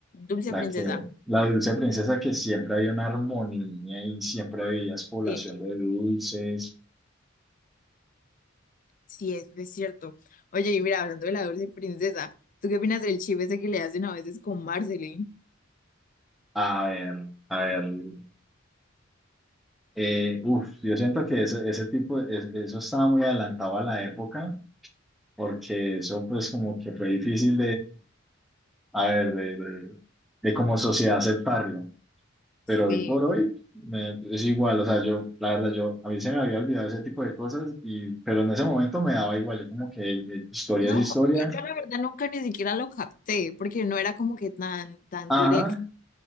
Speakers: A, on the left; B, in the centre.
A: Dulce
B: la
A: princesa.
B: que, la dulce princesa que siempre había una armonía y siempre había población
A: sí.
B: de dulces.
A: Sí, eso es cierto. Oye, y mira, hablando de la dulce princesa, ¿tú qué opinas del chip ese que le hacen a veces con Marceline?
B: A ver, a ver, eh, uf, yo siento que ese, ese tipo, es- eso estaba muy adelantado a la época, porque eso pues como que fue difícil a ver, de, de, de como sociedad aceptarlo. Pero
A: Sí.
B: hoy por hoy me- es igual, o sea, yo, la verdad, yo, a mí se me había olvidado ese tipo de cosas, y, pero en ese momento me daba igual, yo como que eh, historia
A: No,
B: es historia.
A: yo, yo la verdad nunca ni siquiera lo capté, porque no era como que tan, tan
B: Ajá,
A: directo.